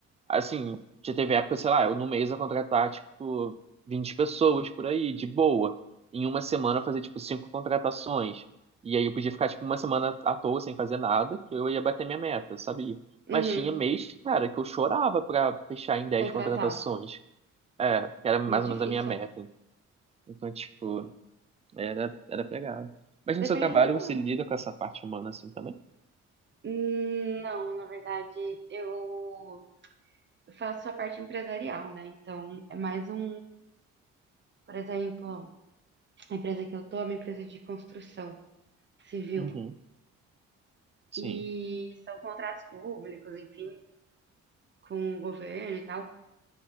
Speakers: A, on the right; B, on the right.
A: assim, já teve época, sei lá, eu no mês ia contratar, tipo, 20 pessoas por aí, de boa. Em uma semana eu fazia, tipo, cinco contratações. E aí eu podia ficar, tipo, uma semana à toa sem fazer nada, que eu ia bater minha meta, sabia?
B: uhum.
A: Mas tinha mês, cara, que eu chorava pra fechar em 10
B: Contratar.
A: contratações. É, que era mais
B: Muito
A: ou
B: difícil.
A: menos a minha meta. Então, tipo, era, era pegado. Mas
B: Depende
A: no seu trabalho
B: do valor.
A: você lida com essa parte humana assim também?
B: Hum, Não, na verdade, eu. eu faço a parte empresarial, né? Então, é mais um, por exemplo, a empresa que eu tô é uma empresa de construção civil.
A: Uhum, sim.
B: E são contratos públicos, enfim, com o governo e tal.